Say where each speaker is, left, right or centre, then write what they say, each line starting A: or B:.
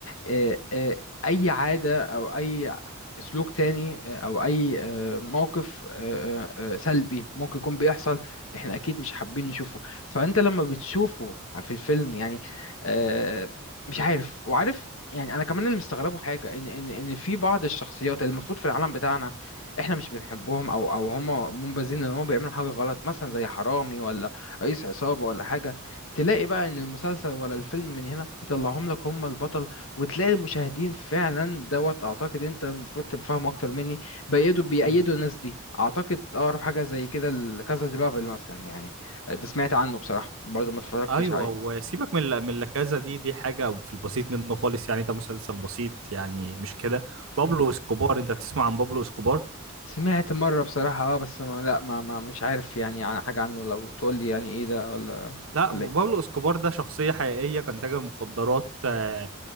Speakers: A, on the left; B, on the right.
A: آه، آه، اي عاده او اي سلوك تاني آه، او اي آه، موقف آه، آه، آه، سلبي ممكن يكون بيحصل احنا اكيد مش حابين نشوفه فانت لما بتشوفه في الفيلم يعني آه، مش عارف وعارف يعني انا كمان اللي مستغربه حاجه ان ان ان في بعض الشخصيات اللي المفروض في العالم بتاعنا احنا مش بنحبهم او او هم منبذين ان هم بيعملوا حاجه غلط مثلا زي حرامي ولا رئيس عصابه ولا حاجه تلاقي بقى ان المسلسل ولا الفيلم من هنا يطلعهم لك هم البطل وتلاقي المشاهدين فعلا دوت اعتقد انت المفروض تبقى فاهم اكتر مني بيأيدوا بيأيدوا
B: مم.
A: الناس دي اعتقد اقرب حاجه زي كده الكازا دي بابل مثلا يعني ده سمعت عنه بصراحه برضو ما اتفرجتش
B: ايوه
A: عليه
B: وسيبك من لا- من لكازا دي دي حاجه في البسيط منه خالص يعني ده مسلسل بسيط يعني مش كده بابلو
A: م.
B: اسكوبار انت تسمع عن بابلو اسكوبار
A: سمعت مره بصراحه اه بس ما لا ما, ما مش عارف يعني عن حاجه عنه لو تقول لي يعني ايه ده ولا
B: لا
A: ولا
B: م-
A: ايه
B: بابلو اسكوبار ده شخصيه حقيقيه كان تاجر مخدرات آه،